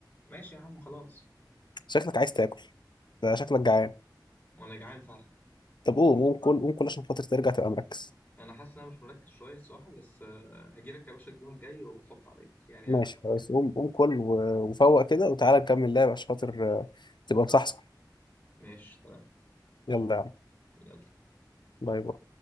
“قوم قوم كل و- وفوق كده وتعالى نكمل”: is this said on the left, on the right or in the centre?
Left